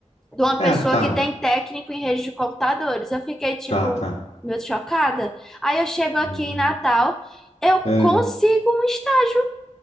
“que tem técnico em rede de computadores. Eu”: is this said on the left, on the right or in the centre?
Centre